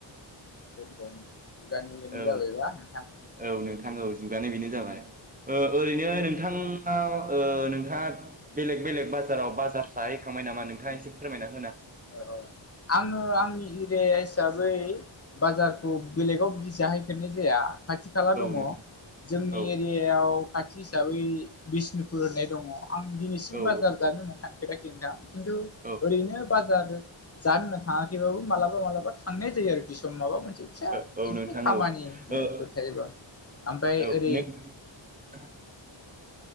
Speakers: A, on the left; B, on the right.
A: <unintelligible>
B: औ
A: जाबायबा नोंथां
B: औ नोंथां औ जुगानाय बेनो जाबाय। ओ ओरैनो नों नोंथाङाव नोंथाङा बेलेग बेलेग बाजाराव बाजार साहैखांबाय नामा नोंथाङा एसे फोरमायना हो
A: औ औ आङो आंनि
B: औ
A: एरिया हिसाबै बाजार बेलेगाव बिदि जाहैफेरनाय जाया खाथि खाला दङ
B: नोंथां
A: जोंनि
B: औ
A: एरियायाव खा हिसाबै बिष्णुपुर होननाय दङ आं दिनैसिम
B: औ
A: बाजार जानो होननानै थांफेराखै नोंथां। खिन्थु
B: औ
A: ओरैनो थाङाखैबो मालाबा माबा थांनाय जायो आरोखि सम माबा मोनसे
B: औ
A: बिदिनो
B: औ नोंथां
A: खामानिफोर
B: औ ओ
A: थायोबा ओमफाय
B: औ
A: ओरै
B: नों <inaudible>